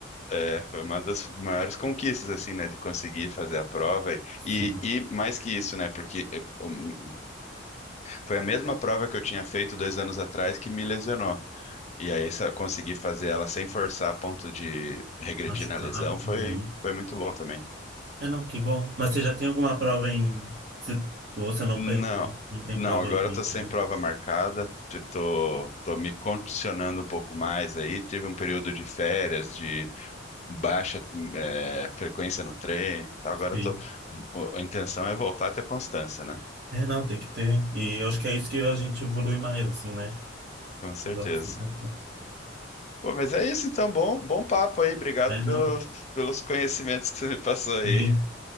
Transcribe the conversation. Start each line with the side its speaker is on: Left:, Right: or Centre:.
Left: É, foi uma das maiores conquistas, assim, né, de conseguir fazer a prova.
Right: Sim.
Left: E, e mais que isso, né, porque eh, um, foi a mesma prova que eu tinha feito dois anos atrás que me lesionou. E aí, sa- conseguir fazer ela sem forçar a ponto de regredir
Right: Machucar.
Left: na lesão foi,
Right: Uhum.
Left: foi muito bom também.
Right: É, não, que bom. Mas você já tem alguma prova em. Você, ou você não
Left: Não,
Right: pensa, não tem
Left: não,
Right: prova
Left: agora
Right: em mente,
Left: eu tô sem
Right: né?
Left: prova marcada, t- tô, tô me condicionando um pouco mais aí. Tive um período de férias, de baixa é, frequência no treino. e Agora
Right: Sim.
Left: eu tô, o- a intenção é voltar a ter constância, né?
Right: É, não, tem que ter. E eu acho que é isso que a gente evolui mais, assim, né?
Left: Com certeza.
Right: Dá essa importância.
Left: Pô, mas é isso então, bom, bom papo aí. Obrigado
Right: É, não.
Left: pelo, pelos conhecimentos que você me passou aí.
Right: Sim.